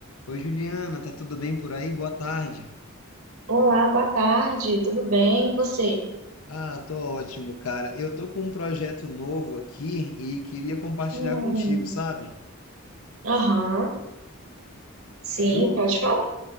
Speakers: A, on the left; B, on the right.
A: Oi, Juliana, tá tudo bem por aí? Boa tarde.
B: Olá, boa tarde, tudo bem? E você?
A: Ah, tô ótimo, cara. Eu tô com um projeto novo aqui e queria compartilhar
B: Hum,
A: contigo, sabe?
B: aham, sim,
A: Ju,
B: pode falar.